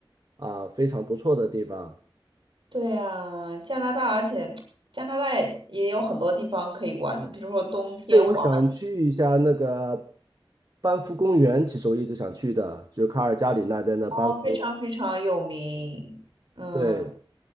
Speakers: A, on the right (about 45°); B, on the right (about 65°).
A: 啊非常不错的地方。
B: 对呀，加拿大，而且加拿大也也有很多地方可以玩的，比如说冬天华
A: 对，我想去一下那个班夫公园，其实我一直想去的，就卡尔加里那边的班夫。
B: 哦，非常非常有名。嗯，
A: 对，